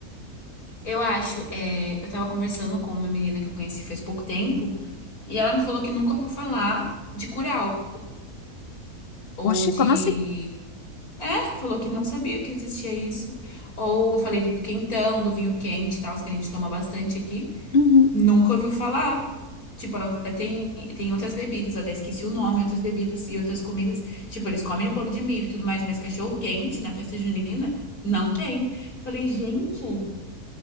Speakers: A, on the left; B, on the left.
A: Eu acho, é, eu tava conversando com uma menina que eu conheci faz pouco tempo, e ela me falou que nunca ouviu falar de curau ou
B: Oxi,
A: de
B: como assim?
A: É, falou que não sabia que existia isso. Ou eu falei do quentão, do vinho quente e tal, que a gente toma bastante aqui.
B: Uhum.
A: Nunca ouviu falar. Tipo, a- tem, tem outras bebidas, eu até esqueci o nome, outras bebidas e outras comidas. Tipo, eles comem o bolo de milho e tudo mais, mas cachorro quente na festa junina não tem. Eu falei, gente,